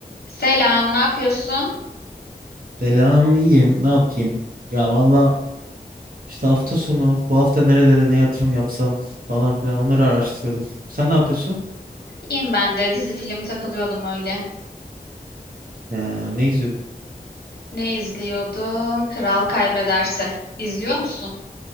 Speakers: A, on the left; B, on the right.
A: Selam, ne yapıyorsun?
B: Selam, iyiyim. Ne yapayım? Ya valla işte hafta sonu bu hafta nerelere ne yatırım yapsam falan filan onları araştırıyordum. Sen ne yapıyorsun?
A: İyiyim ben de. Dizi film takılıyordum öyle.
B: Ee, ne izliyordun?
A: Ne izliyordum? Kral Kaybederse. İzliyor musun?